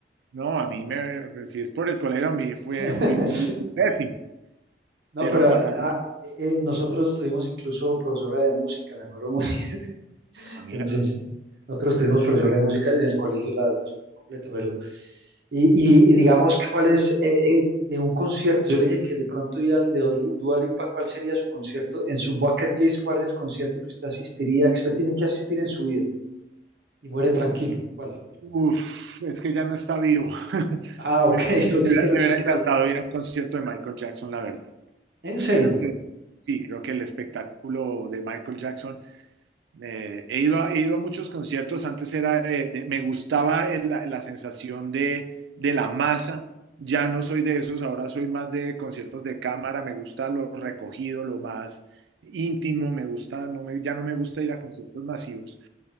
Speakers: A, on the right (about 80°); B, on the right (about 65°).
A: no, a mí me si es por el colegio a mí fue
B: <laughs>
A: fui
B: Sí.
A: pésimo,
B: No,
A: pero
B: pero
A: a
B: a-
A: través
B: a-
A: de
B: eh, nosotros tuvimos incluso profesora de música, me acuerdo muy <laughs>
A: ah, mira,
B: que nos ense- nosotros tuvimos profesora de música en el colegio la educación completa, pero y, y- y digamos que cuál es eh, eh, de un concierto. Yo le dije que de pronto ir al de Dol- Dua Lipa, ¿cuál sería su concierto? En su bucket list, ¿cuál es el concierto que usted asistiría, que usted tiene que asistir en su vida? Y muere tranquilo. ¿Cuál?
A: uf, es que ya no está vivo. <laughs>
B: Ah, ok,
A: Me,
B: <laughs> lo tiene
A: me hubiera
B: que resucitar.
A: me hubiera encantado ir a un concierto de Michael Jackson, la verdad.
B: ¿En serio?
A: Creo que sí, creo que el espectáculo de Michael Jackson, eh, he ido a, he ido a muchos conciertos, antes era de, de- me gustaba el- la, la sensación de, de la masa, ya no soy de esos, ahora soy más de conciertos de cámara, me gusta lo recogido, lo más íntimo, me gusta, no me, ya no me gusta ir a conciertos masivos.